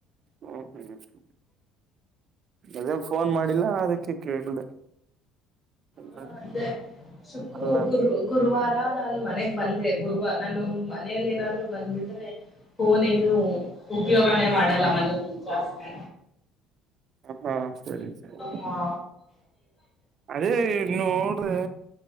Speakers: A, on the right (about 40°); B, on the left (about 20°).
A: ಓ ಹ ಹ ಅದೇನ್ ಫೋನ್ ಮಾಡಿಲ್ಲ ಅದಕ್ಕೆ ಕೇಳ್ದೆ ಹ್ಮ್
B: ಹಾ ಅದೇ ಶುಕರು
A: ಅಲ್ಲ ಅಲ್ಲ
B: ಗುರು ಗುರುವಾರ ನಾನು ಮನೆಗ್ ಬಂದೆ ಗುರುವ ನಾನು ಮನೇಲಿ ಏನಾದ್ರು ಬಂದ್ಬಿಟ್ರೆ ಫೋನ್ ಏನು ಉಪಯೋಗನೇ ಮಾಡಲ್ಲ ಮನೆಯಲ್ಲಿ ಜಾಸ್ತಿ
A: ಹಾ ಸರಿ ಸರಿ
B: ಹಾ
A: ಅದೇ ನೋಡ್ರೆ